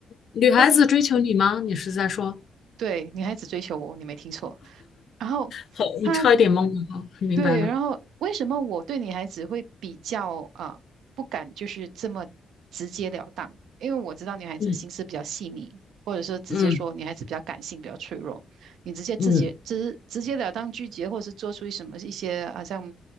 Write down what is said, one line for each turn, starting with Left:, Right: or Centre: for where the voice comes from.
Left: 女孩子追求你吗？
Right: 呃，
Left: 你是在说？
Right: 对，女孩子追求我，你没听错。然后
Left: 好，我差一点懵了。
Right: 她
Left: 好，明白了。
Right: 对，然后为什么我对女孩子会比较啊、呃不敢就是这么直截了当？因为我知道女孩子心思比较细腻，
Left: 嗯
Right: 或者说直接说女孩子比较感性、
Left: 嗯
Right: 比较脆弱。你直接直接直直截了当拒绝，
Left: 嗯
Right: 或者是做出什么一些好像